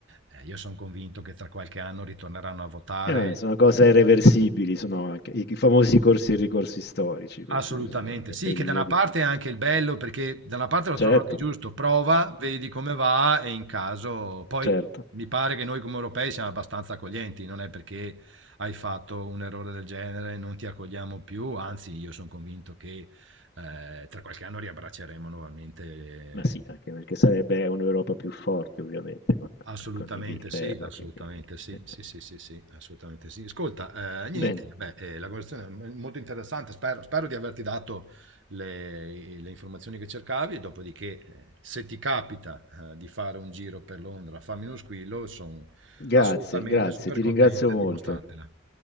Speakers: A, on the right; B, on the left.
A: eh, io sono convinto che tra qualche anno ritorneranno a votare
B: Eh, vabbè, sono cose irreversibili, sono anche i i famosi corsi e ricorsi storici, per
A: Assolutamente,
B: cui sono anche
A: sì,
B: periodi.
A: che da una parte è anche il bello, perché da una parte lo trovo
B: Certo,
A: anche giusto, prova, vedi come va e in caso poi
B: certo,
A: mi pare che noi come europei siamo abbastanza accoglienti, non è perché hai fatto un errore del genere e non ti accogliamo più, anzi io sono convinto che eh, tra qualche anno riabbracceremo nuovamente
B: ma sì, anche perché sarebbe un'Europa più forte, ovviamente, con,
A: Assolutamente
B: con l'Inghilterra,
A: sì, assolutamente
B: quindi... eh,
A: sì,
B: eh.
A: sì, sì, sì, sì, assolutamente sì. Ascolta, eh, niente,
B: Bene,
A: beh, eh, la conversazione è molto interessante, spero, spero di averti dato le, le informazioni che cercavi, dopodiché eh, se ti capita eh, di fare un giro per Londra, fammi uno squillo, sono
B: grazie,
A: assolutamente
B: grazie,
A: super
B: ti
A: contento
B: ringrazio molto,
A: di mostrartela.